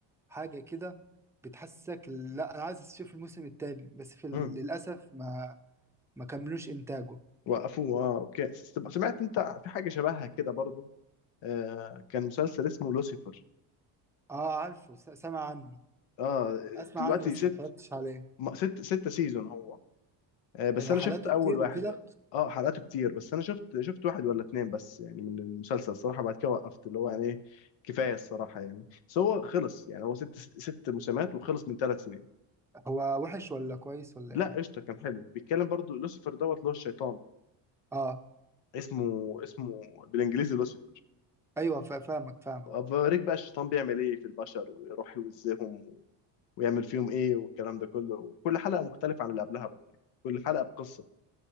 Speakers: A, in the centre; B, on the left.
A: حاجه كده بتحسسك لا انا عايز اشوف الموسم التاني بس في ال-
B: امم
A: للاسف ما ما كملوش انتاجه
B: وقفوه اه اوكي س- سمعت انت في حاجة شبهها كده برضو آه كان مسلسل اسمه لوسيفر
A: اه عارفه س- سامع عنه
B: اه
A: اسمع
B: دلوقتي
A: عنه بس
B: ست
A: ما اتفرجتش عليه
B: م- ست ستة سيزون هو آه بس
A: آه،
B: انا
A: حالاته
B: شفت اول
A: كتير
B: واحد
A: وكده
B: اه حلقاته كتير بس انا شفت شفت واحد ولا اتنين بس يعني من المسلسل الصراحة بعد كده وقفت اللي هو يعني ايه كفاية الصراحة يعني بس هو خلص يعني هو ست ست موسمات وخلص من ثلاث سنين
A: هو وحش ولا كويس ولا
B: لا
A: ايه
B: قشطة كان حلو بيتكلم برضو لوسيفر دوت اللي هو الشيطان
A: اه
B: اسمه اسمه بالانجليزي لوسيفر
A: ايوه فا- فاهمك فاهمك
B: أوريك بقى الشيطان بيعمل ايه في البشر ويروح يوزيهم و... ويعمل فيهم ايه والكلام ده كله وكل حلقة مختلفة عن اللي قبلها برضه يعني كل حلقة بقصة